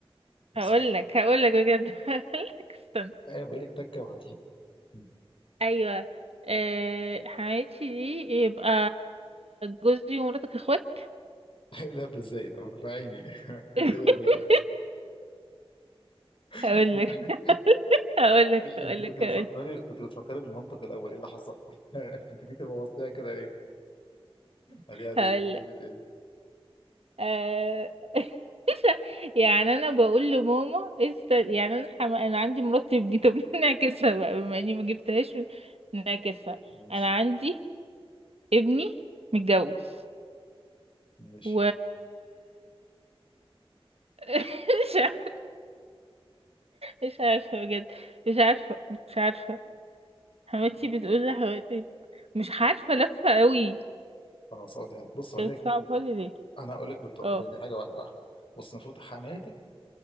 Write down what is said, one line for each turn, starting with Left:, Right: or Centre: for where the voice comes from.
Left: بالظبط
Right: هقول لك هقول لك بجد <laughs> هقول لك استنى
Left: ايه بقالك تكه وهتيجي <laughs>
Right: ايوه آه حماتي دي يبقى جوزي ومراتك اخوات
Left: لا ازاي طب اقنعيني <laughs> ازاي
Right: <laughs>
Left: دي
Right: هقول
Left: <laughs>
Right: لك
Left: انت
Right: هقول لك هقول
Left: انت كنت
Right: لك
Left: بتفكري
Right: هقول لك
Left: كنت بتفكري بالمنطق الاول ايه اللي حصل <laughs> انت جيت بوظتيها كده ليه هديها تاني
Right: هقول
Left: قولي تاني
Right: آه... <laughs> يعني انا بقول لماما است... يعني انا حم... انا عندي مرتب طب <laughs> نعكسها بقى بما اني ما جبتهاش نعكسها
Left: ماشي
Right: انا عندي ابني متجوز
Left: ماشي
Right: و <laughs> مش عارفة مش عارفة بجد مش عارفة مش عارفة حماتي
Left: طب
Right: بتقول لحماتي مش عارفة لفة قوي
Left: خلاص هقولها لك بص هقول
Right: انت
Left: لك
Right: بتصعبها لي ليه
Left: انا هقول لك بالطبع
Right: اه
Left: بين حاجه واحده واحده بص المفروض حماتك